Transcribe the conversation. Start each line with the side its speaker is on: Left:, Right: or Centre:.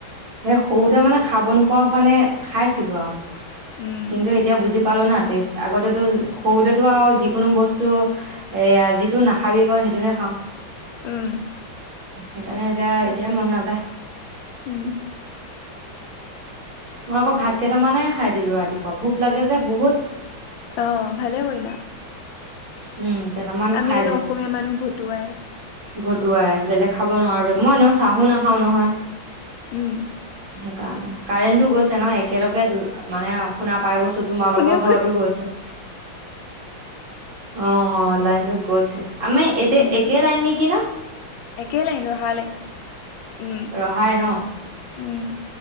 Right: সেই সৰুতে মানে খাব নোপোৱাৰ কাৰণে খাইছিলো আৰু।
Left: উম
Right: কিন্তু এতিয়া বুজি পালো না তেইছ আগতেতো সৰুতেতো আৰু যিকোনো বস্তু এয়া যিটো নাখাবি কয় সেইটোহে খাওঁ।
Left: উম।
Right: সেইকাৰণে এতিয়া এতিয়া মন নাযায়।
Left: উম।
Right: মই আকৌ ভাত কেইটামানে খাই দিলো, ৰাতিপুৱা ভোক লাগে যে বহুত।
Left: অ' ভালে কৰিলা।
Right: উম, কেইটামান
Left: আমি
Right: খাই
Left: এনে
Right: দিলো,
Left: অসমীয়া মানুহ ভতুৱাই
Right: ভতুৱাই বেলেগ। খাব নোৱাৰোয়ে, মই এনেও চাহো নাখাওঁ নহয়।
Left: উম।
Right: সেইকাৰণে কাৰেণ্টটো গৈছে ন, একেলগে দু মানে শুনা পাই গৈছো, তোমালোকৰ
Left: শুনিও
Right: ঘৰতো গৈছে। অ' লাইনটো গৈছে। আমি এতিয়া
Left: উম
Right: একে লাইন নেকি না?
Left: একে লাইন ৰহা লাইন। উম
Right: ৰহাই ন?
Left: উম